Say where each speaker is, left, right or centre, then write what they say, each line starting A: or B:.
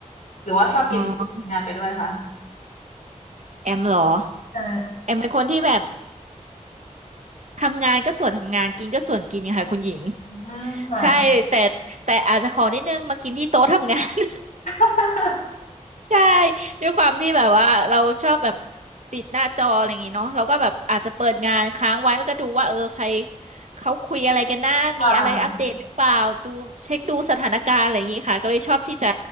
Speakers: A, on the left; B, on the right.
A: หรือว่าชอบกินทำงานไปด้วยคะ
B: อ๋อแอมเหรอ
A: ใช่
B: แอมเป็นคนที่แบบทำงานก็ส่วนทำงานกินก็ส่วนกินค่ะคุณหญิง
A: อืมค่ะ
B: ใช่แต่แต่อาจจะขอนิดนึงมากินที่โต๊ะทำงาน
A: <laughs>
B: ใช่ด้วยความที่แบบว่าเราชอบแบบติดหน้าจออะไรอย่างงี้เนาะเราก็แบบอาจจะเปิดงานค้างไว้แล้วก็ดูว่าเออใครเขาคุยอะไรกันหน้ามีอะไรอัปเดตหรือเปล่าดูเช็คดูสถานการณ์อะไรอย่างงี้ค่ะก็เลยชอบที่จะ
A: ค่ะ